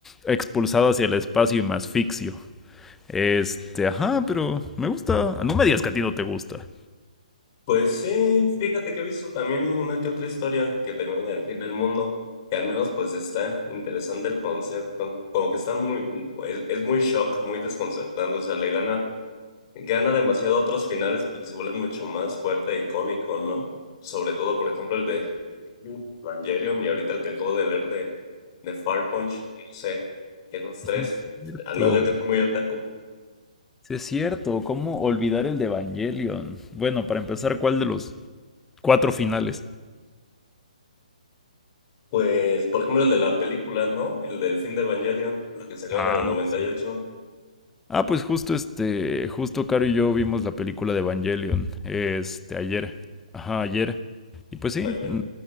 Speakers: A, in the centre; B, on the left (about 30°).
A: expulsado hacia el espacio y me asfixio. Este, ajá, pero me gusta, no me digas que a ti no te gusta.
B: Pues sí, fíjate que he visto también una que otra historia que termina en el fin del mundo, que al menos pues está interesante el concepto, como que está muy, es, es muy shock, muy desconcertante, o sea, le gana, gana demasiado a otros finales porque se vuelve mucho más fuerte e icónico, ¿no? Sobre todo, por ejemplo, el de Evangelion y ahorita el que acabo de leer de, de Fire Punch, no sé, esos
A: Sí,
B: tres,
A: es cierto.
B: al menos yo que soy muy otaku,
A: Sí, es cierto, ¿cómo olvidar el de Evangelion? Bueno, para empezar, ¿cuál de los cuatro finales?
B: Pues, por ejemplo, el de la película, ¿no? El del fin de Evangelion, la que sacaron
A: Ah,
B: en el noventa
A: sí.
B: y ocho,
A: Ah, pues justo este, justo Caro y yo vimos la película de Evangelion, este, ayer, ajá, ayer, y pues sí,
B: Ay, mira.
A: n-